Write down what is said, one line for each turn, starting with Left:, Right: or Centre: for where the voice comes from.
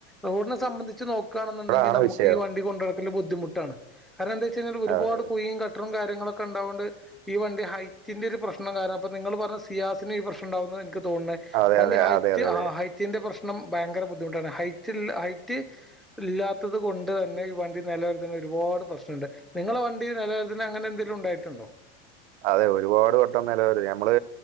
Centre: റോഡിനെ സംബന്ധിച്ച് നോ കാണുണ്ടെങ്കി
Right: അതാണ്
Centre: നമുക്ക്
Right: വിഷയം.
Centre: ഈ വണ്ടി കൊണ്ട് നടക്കൽ ബുദ്ധിമുട്ടാണ് കാരണം എന്താ വെച്ച ഒരുപാട്
Right: അതെ
Centre: കുഴിയും കട്ടറും കാര്യ ങ്ങളക്കെ ഉണ്ടാവൊണ്ട് ഈ വണ്ടി ഹൈറ്റിന്റെ ഒരു പ്രശ്നം കാരണം അപ്പ നിങ്ങൾ പറഞ്ഞ സിയാസിന് ഈ പ്രശ്നം ഉണ്ടാവുന്നത് എനിക്ക് <unintelligible>
Right: അതെ
Centre: പണ്ട്
Right: അതെ
Centre: ഹൈറ്റ്
Right: അതെ അതെ
Centre: ആ
Right: അതെ
Centre: ഹൈറ്റിന്റെ പ്രശ് ണം ഭയങ്കര ബുദ്ധിമുട്ടാണ് ഹൈറ്റ്ള്ള ഹൈറ്റ് ഇല്ലാത്തത് കൊണ്ട് തന്നെ ഈ വണ്ടി നിലരുത്തുന്ന ഒരുപാട് പ്രശ്നം ഉണ്ട് നിങ്ങളെ വണ്ടി <unintelligible> അങ്ങനെ എന്തെങ്കിലും ഉണ്ടായിട്ടുണ്ടോ
Right: അതെ ഒരുപാട് വട്ടം <unintelligible> ഞമ്മള്